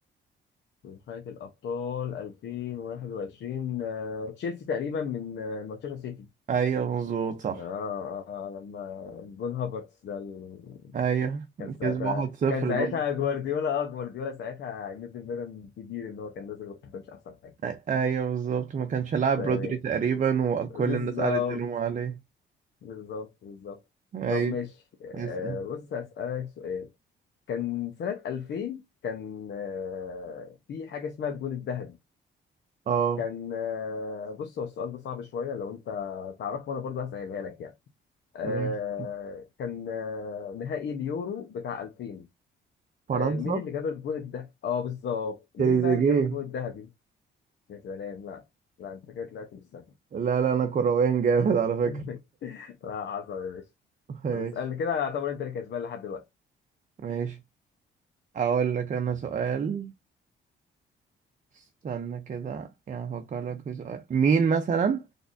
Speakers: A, on the left; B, on the right.
A: من نهاية الأبطال 2021 آه، تشيلسي تقريبا من آه، مانشستر سيتي
B: أيوة مظبوط صح
A: آه, آه آه، لما جون هافرتس ده ال-
B: أيوة
A: كان ساعتها
B: كسب واحد صفر
A: كان ساعتها
B: دول
A: جوارديولا اه جوارديولا ساعتها ميد بدن كبير اللي هو كان نازل وقت مش أحسن حاجة
B: أ- أيوة بالظبط ما كانش لاعب
A: تمام.
B: رودري تقريبا وكل
A: بالظبط
B: الناس قعدت تلوم عليه
A: بالظبط بالظبط
B: أيوة
A: طب ماشي آه
B: اسأل
A: بص هسألك سؤال كان سنة 2000 كان آه في حاجة اسمها الجون الذهبي
B: اه
A: كان آه، بص هو السؤال ده صعب شوية لو أنت تعرفه وأنا برضه هسألها لك يعني آه،
B: ماشي
A: كان آه، نهائي اليورو بتاع 2000
B: فرنسا
A: آه، مين اللي جاب الجول الذهبي؟ أه بالظبط مين
B: تريزيجيه
A: بقى اللي جاب الجول الذهبي؟ يا سلام لا لا أنت كده طلعت مش سهل
B: لا لا أنا كرويان جامد على
A: <laughs>
B: فكرة
A: لا حصل يا باشا
B: <laughs> ماشي
A: طب اسألني كده اعتبر أنت اللي كسبان لحد دلوقتي
B: ماشي اقول لك انا سؤال استنى كده يعني افكر لك في سؤال مين مثلا